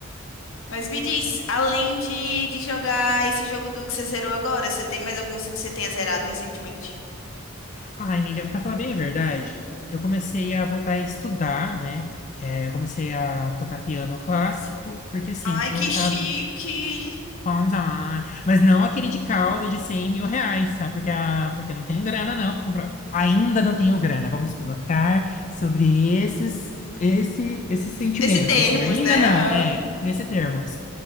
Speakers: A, on the left (about 65°); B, on the left (about 35°).
A: Mas me diz, além de, de jogar esse jogo do que você zerou agora, você tem mais algum assim, que você tenha zerado recentemente?
B: Ai, amiga, pra falar bem a verdade, eu comecei a voltar a estudar, né? É, eu comecei a tocar piano clássico, porque assim,
A: Ai,
B: eu
A: que
B: tava.
A: chique!
B: Pois, ah, mas não aquele de calda de cem mil reais, sabe? Porque, a, porque eu não tenho grana, não, para comprar. Ainda não tenho grana. Vamos colocar sobre esses, esse, esse sentimento,
A: Esse termos,
B: assim. Ainda
A: né?
B: não,
A: Aham.
B: é, nesse termos.